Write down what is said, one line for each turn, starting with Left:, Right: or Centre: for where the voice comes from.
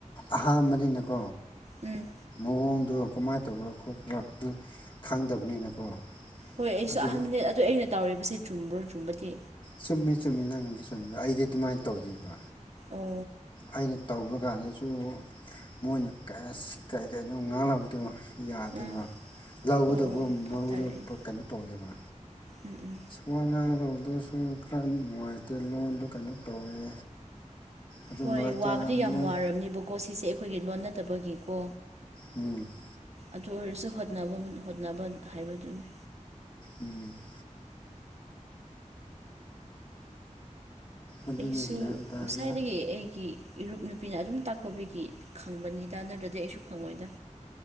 Left: ꯑꯍꯥꯝꯕꯅꯤꯅꯀꯣ
Right: ꯎꯝ
Left: ꯃꯑꯣꯡꯗꯣ ꯀꯃꯥꯏꯅ ꯇꯧꯕ꯭ꯔꯥ ꯈꯣꯠꯄ꯭ꯔꯥ ꯑꯗꯨ ꯈꯪꯗꯕꯅꯤꯅꯀꯣ
Right: ꯍꯣꯏ ꯑꯩꯁꯨ
Left: ꯑꯗꯨ
Right: ꯑꯍꯟꯗ ꯑꯗꯨ ꯑꯩꯅ ꯇꯧꯋꯕꯁꯤ ꯆꯨꯝꯕ꯭ꯔꯣ ꯆꯨꯝꯕꯗꯤ
Left: ꯆꯨꯝꯃꯦ ꯆꯨꯝꯃꯤ ꯅꯪꯉꯣꯟꯗꯤ ꯆꯨꯝꯃꯦ ꯑꯩꯗꯤ ꯑꯗꯨꯃꯥꯏꯅ ꯇꯧꯔꯤꯕ
Right: ꯑꯣ
Left: ꯑꯩꯅ ꯇꯧꯕ ꯀꯥꯟꯗꯁꯨ ꯃꯣꯏꯅ ꯀꯔꯤ ꯀꯅꯣ ꯉꯥꯡꯕꯗꯣ ꯌꯥꯗꯦꯕ
Right: ꯎꯝ
Left: ꯂꯧꯗꯕꯣ
Right: ꯑꯣ ꯑꯣ ꯚꯥꯞ
Left: ꯃꯔꯨꯗ
Right: ꯇꯥꯔꯦ ꯑꯩ
Left: ꯀꯩꯅꯣ ꯇꯧꯒꯦꯕ
Right: ꯎꯝ ꯎꯝ
Left: ꯁꯨꯋꯥ ꯉꯥꯡꯗꯧꯕꯗꯁꯨ ꯈꯔ ꯅꯨꯡꯉꯥꯏꯇꯦ ꯂꯣꯟꯗ ꯀꯩꯅꯣ ꯇꯧꯋꯦ ꯑꯗꯨ
Right: ꯍꯣꯏ
Left: ꯃꯔꯛꯇ
Right: ꯋꯥꯕꯨꯗꯤ ꯌꯥꯝ
Left: ꯃꯣꯏ
Right: ꯋꯥꯔꯕꯝꯅꯦꯕꯀꯣ ꯁꯤꯁꯦ ꯑꯩꯈꯣꯏꯒꯤ ꯂꯣꯟ ꯅꯠꯇꯕꯒꯤꯀꯣ
Left: ꯎꯝ <unintelligible> <inaudible>
Right: ꯑꯗꯨ ꯑꯣꯏꯔꯁꯨ ꯍꯣꯠꯅꯕ ꯍꯣꯠꯅꯕ ꯍꯥꯏꯕꯗꯨꯅꯤ
Left: ꯎꯝ <inaudible> ꯑꯗꯨꯅꯤ
Right: ꯑꯩꯁꯨ
Left: ꯒ꯭ꯌꯥꯟ ꯇꯥꯗꯦꯗ
Right: ꯉꯁꯥꯏꯗꯒꯤ ꯑꯩꯒꯤ ꯏꯔꯨꯞ ꯅꯨꯄꯤꯅ ꯑꯗꯨꯝ ꯇꯥꯛꯄꯕꯤꯒꯤ ꯈꯪꯕꯅꯤꯗ ꯅꯠꯇ꯭ꯔꯗꯤ ꯑꯩꯁꯨ ꯈꯪꯉꯣꯏꯗ